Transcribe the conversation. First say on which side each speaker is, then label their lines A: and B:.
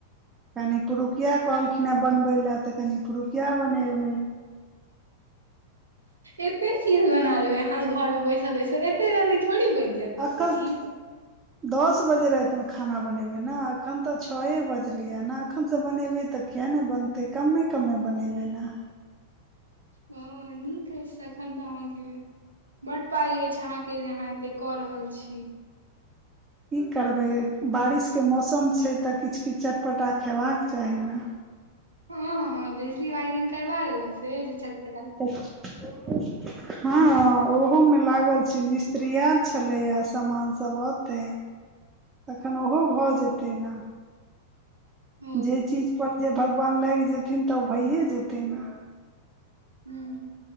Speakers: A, on the right; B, on the right.
A: कनि पुरुकिया कहलखिन ह बनबै ले ले तऽ कनि पुरुकिया बनेबै।
B: एते चीज बना लेबै अहाँ घर में बैसल बैसल एते जल्दी थोड़ी बनि जायत
A: अकल
B: एते <inaudible>
A: दस बजे रातिमे खाना बनेबै ने अखन तऽ छए बजलै ह ने एखनसँ बनेबै तऽ। किया नै बनतै कम्मे कम्मे बनेबै नऽ
B: हं नीक अइछ तखन त अहाँके बड पाइ अछि अहाँके जे अहाँ एते कऽ रहल छी
A: की करबै बारिशके मौसम छै तऽ किछ किछ चटपटा खेबाक चाही नऽ
B: हँ हँ बिजली वाइरिंग करबा लेलौं से जे चट
A: <unintelligible> हँ ओहोमे लागल छी मिस्त्री एल छलैए सामान सभ अऽतै तखन ओहो भऽ जेतै नऽ
B: ओ
A: जे चीजपर जे भगवान लाइग जेथिन त भइए जेतै नऽ
B: हू